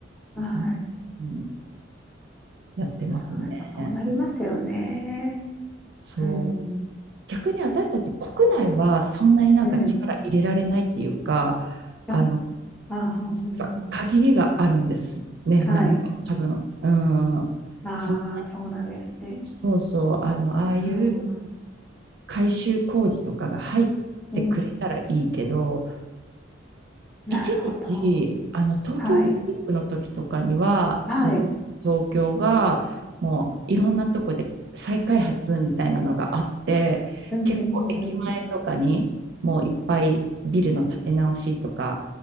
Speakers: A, in the centre; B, on the right (about 60°).
A: はい。
B: うんうんやってますね。
A: ああ、やっぱそうなりますよね。
B: そう。
A: うん。
B: 逆に私たち国内はそんなになんか力入れられないっていうか、
A: なるほどうん。あ、
B: あの、
A: あ、そうそうそう。
B: やっぱ限りがあるんですね、
A: はい。
B: なんか多分。うん。
A: ああ、
B: そ、
A: そうなんですね。
B: そうそう、あの、ああいう
A: うん。
B: 改修工事とかが入ってくれたらいいけど、
A: うん。なるほど。
B: 一時期、あの、東京オリンピックの時とかには、
A: はい。はい。
B: す東京がもういろんなとこで再開発みたいなのがあって、
A: うん、
B: 結構駅前とかにもういっぱいビルの建て直しとか、
A: うん、